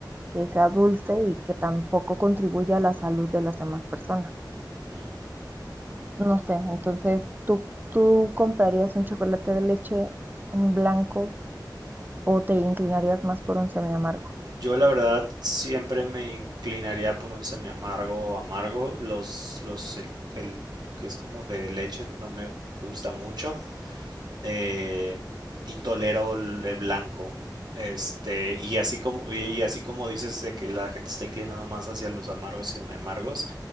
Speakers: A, on the right; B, on the right.
A: que sea dulce y que tampoco contribuya a la salud de las demás personas.
B: mm.
A: No sé, entonces tú, tú comprarías un chocolate de leche, un blanco, o te inclinarías más por un semiamargo.
B: Yo la verdad siempre me inclinaría por un semiamargo o amargo. Los, los, el, el que es como de leche no me gusta mucho. eh, y tolero el, el blanco. Este, y así como, y y así como dices de que la gente está inclinando más hacia los amargos y amargos,